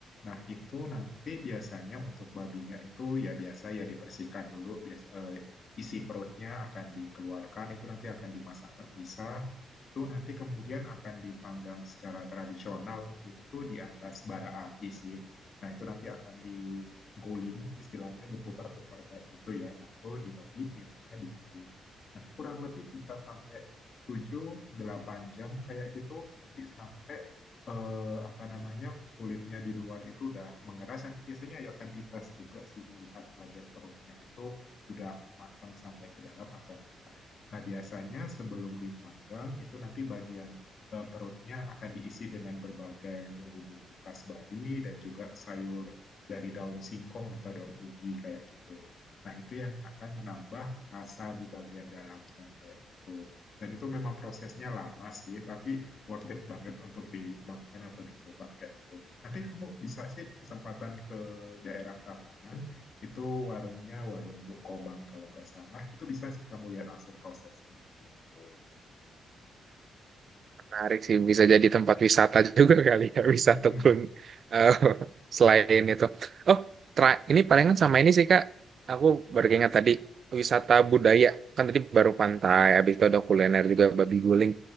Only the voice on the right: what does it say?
Menarik sih, bisa jadi tempat wisata <laughs> juga kali ya, <laughs> wisata
pun eh, <laughs> selain itu. Oh, tra- ini palingan sama ini sih Kak, aku baru ingat tadi, wisata budaya, kan tadi baru pantai, habis itu ada kuliner
juga, babi guling.